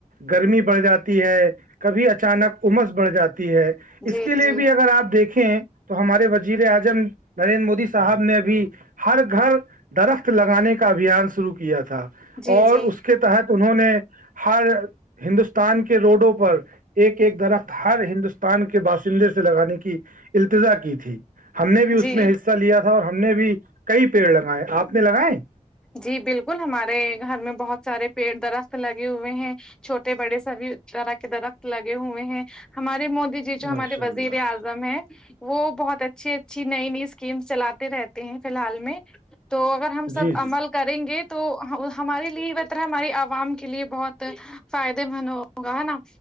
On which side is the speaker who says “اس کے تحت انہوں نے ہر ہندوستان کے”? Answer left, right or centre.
Right